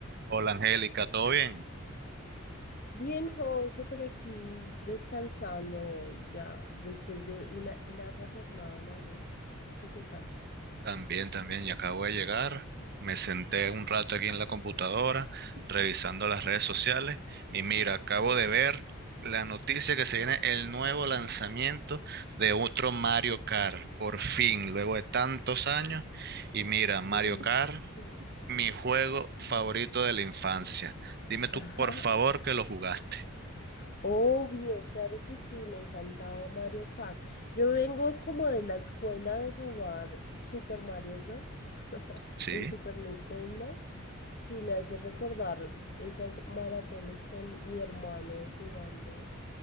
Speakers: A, on the right; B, on the left.
A: Hola Angélica, ¿todo bien?
B: Bien, José, por aquí descansando hoy ya, después de una larga jornada laboral. ¿Tú qué tal?
A: También, también, ya acabo de llegar. Me senté un rato aquí en la computadora revisando las redes sociales y mira, acabo de ver la noticia que se viene el nuevo lanzamiento de otro Mario Kart, por fin, luego de tantos años. Y mira, Mario
B: En
A: Kart,
B: serio.
A: mi juego favorito de la infancia. Dime tú,
B: Ajá,
A: por favor, que lo jugaste.
B: <laughs> Obvio, claro que sí, me encantaba Mario Kart. Yo vengo como de la escuela de jugar Super Mario Bros. <laughs>
A: ¿Sí?
B: en Super Nintendo. Sí, me hace recordar esas maratones con mi hermano jugando